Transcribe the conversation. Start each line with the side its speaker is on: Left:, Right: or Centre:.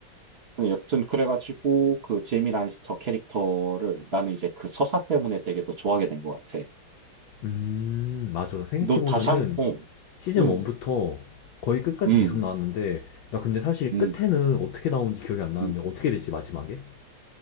Right: 여튼 그래가지고 그 제이미 라니스터 캐릭터를 나는 이제 그 서사 때문에 되게 더 좋아하게 된 것 같아.
Left: 음, 맞아. 생각해보면은
Right: 너 다시 한, 어,
Left: 시즌
Right: 음,
Left: 1부터 거의 끝까지
Right: 음,
Left: 계속 나왔는데, 나 근데 사실
Right: 음,
Left: 끝에는 어떻게 나오는지 기억이 안 나는데,
Right: 음.
Left: 어떻게 되지, 마지막에?